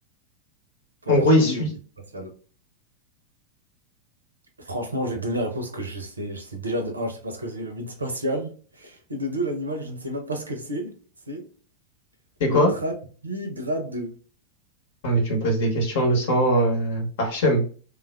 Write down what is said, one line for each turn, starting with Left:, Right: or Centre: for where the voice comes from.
Right: pour
Left: En
Right: avoir
Left: gros,
Right: connu
Left: il suit.
Right: le vide spatial. Franchement, je vais te donner la réponse que je sais. Je sais déjà de un, je sais pas ce que c'est le vide spatial. Et de deux, l'animal, je ne sais même pas ce que c'est. C'est
Left: C'est
Right: le
Left: quoi?
Right: tradigrade.
Left: Ah, mais tu me poses des questions, le sang. Euh... Hachem.